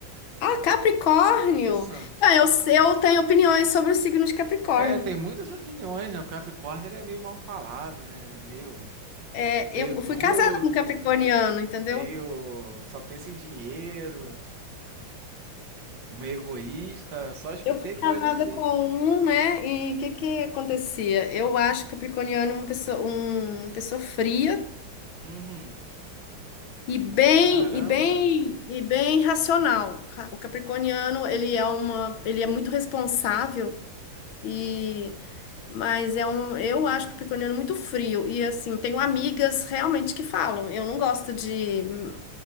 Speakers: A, on the left; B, on the right.
A: Ah, Capricórnio!
B: Isso.
A: Então, eu, eu tenho opiniões sobre o signo de Capricórnio.
B: É, tem muitas opiniões, né? O Capricórnio ele é meio mal falado, né? Ele é meio,
A: É,
B: meio
A: eu
B: duro,
A: fui casada com um capricorniano, entendeu?
B: meio só pensa em dinheiro, meio egoísta. Só escutei
A: Eu fui
B: coisas
A: casada
B: assim.
A: com um, né? E o que que acontecia? Eu acho Capricorniano é uma pessoa, um- uma pessoa fria
B: Uhum.
A: e bem
B: Caramba.
A: e bem e bem racional. Ra- O Capricorniano, ele é uma, ele é muito responsável e mas é um, eu acho o Capricorniano muito frio e assim, tenho amigas realmente que falam, eu não gosto de hum,